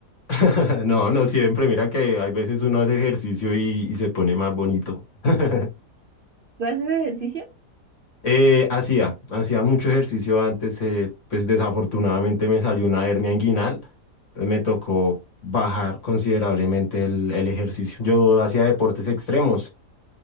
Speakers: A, on the left; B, on the right.
A: <laughs> No, no siempre. Mira que hay veces uno hace ejercicio y, y se pone más bonito. <laughs>
B: ¿Tú haces ejercicio?
A: Eh, hacía, hacía mucho ejercicio antes, eh, pues desafortunadamente me salió una hernia inguinal, entonces me tocó bajar considerablemente el, el ejercicio. Yo hacía deportes extremos,